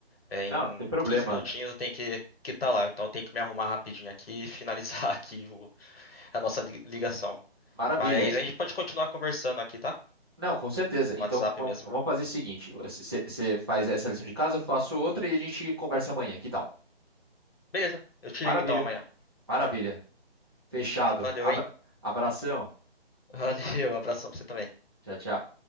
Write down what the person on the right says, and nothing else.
Não,
não tem problema.
Maravilha.
E-
e-
Não, com certeza.
Então,
va-
vamos fazer o seguinte: você você faz essa lição de casa, eu faço outra e a gente conversa amanhã. Que tal?
Maravilha,
maravilha. Fechado.
Abra-
Abração.
Tchau, tchau.